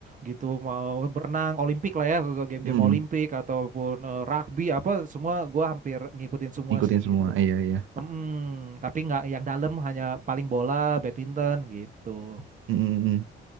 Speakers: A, on the right; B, on the right.
A: gitu, mau berenang, olimpik lah ya, game-game
B: Hmm,
A: olimpik ataupun eh, rugby apa semua gua hampir ngikutin semua
B: ngikutin
A: sih
B: semua.
A: gitu.
B: Iya iya.
A: mm tapi nggak yang dalam hanya paling bola, badminton gitu.
B: Hmm, hmm, hmm.